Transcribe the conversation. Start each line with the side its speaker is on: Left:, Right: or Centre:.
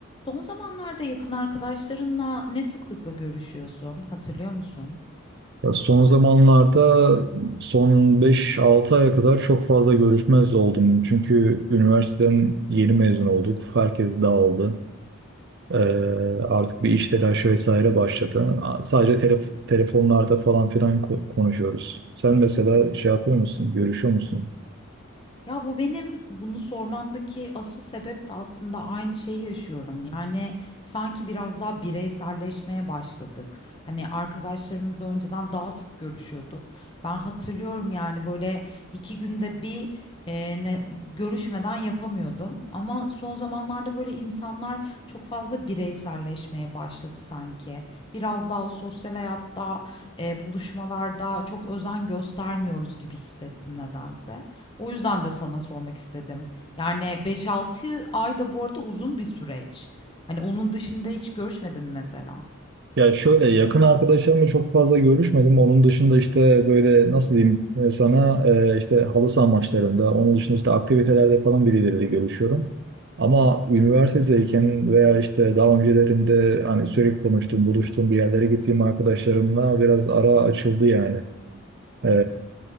Left: Son zamanlarda yakın arkadaşlarınla ne sıklıkla görüşüyorsun, hatırlıyor musun?
Right: Ya Son zamanlarda son beş altı aya kadar çok fazla görüşmez oldum. Çünkü üniversiteden yeni mezun olduk. Herkes dağıldı. Ee, artık bir iş telaşı vesaire başladı. A- Sadece telef telefonlarda falan filan ko- konuşuyoruz. Sen mesela şey yapıyor musun? Görüşüyor musun?
Left: Ya bu benim bunu sormamdaki asıl sebep de aslında aynı şeyi yaşıyorum. Yani sanki biraz daha bireyselleşmeye başladık. Hani arkadaşlarımızla önceden daha sık görüşüyorduk. Ben hatırlıyorum yani böyle iki günde bir e, ne- görüşmeden yapamıyordum. Ama son zamanlarda böyle insanlar çok fazla bireyselleşmeye başladı sanki. Biraz daha o sosyal hayatta, e, buluşmalarda çok özen göstermiyoruz gibi hissettim nedense. O yüzden de sana sormak istedim. Yani beş-altı ay da bu arada uzun bir süreç. Hani onun dışında hiç görüşmedin mi mesela.
Right: Ya şöyle yakın arkadaşlarımla çok fazla görüşmedim. Onun dışında işte böyle nasıl diyeyim e, sana e, işte halı saha maçlarında, onun dışında işte aktivitelerde falan birileriyle görüşüyorum. Ama üniversitedeyken veya işte daha öncelerinde hani sürekli konuştuğum, buluştuğum bir yerlere gittiğim arkadaşlarımla biraz ara açıldı yani. E,